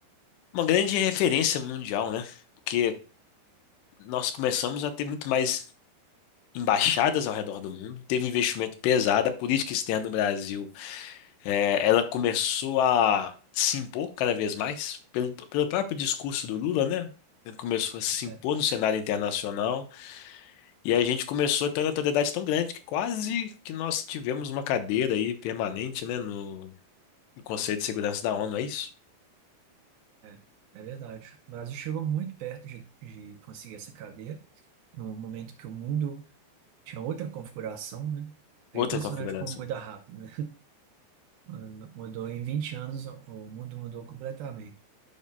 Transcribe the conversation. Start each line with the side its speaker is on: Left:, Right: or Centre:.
Left: uma grande referência mundial, né? Porque nós começamos a ter muito mais embaixadas ao redor do mundo, teve um investimento pesado, a política externa no Brasil, eh, ela começou a se impor cada vez mais, pelo, pelo próprio discurso do Lula, né? Ele começou a se
Right: é,
Left: impor no cenário internacional e a gente começou a ter uma notoriedade tão grande que quase que nós tivemos uma cadeira aí permanente, né, no no Conselho de Segurança da ONU, é isso?
Right: é, é verdade. O Brasil chegou muito perto de, de conseguir essa cadeira, no momento que o mundo tinha outra configuração, né? É
Left: Outra
Right: impressionante
Left: configuração.
Right: como muda
Left: O
Right: rápido, né? <laughs> Mudou em 20 anos, o o mundo mudou completamente.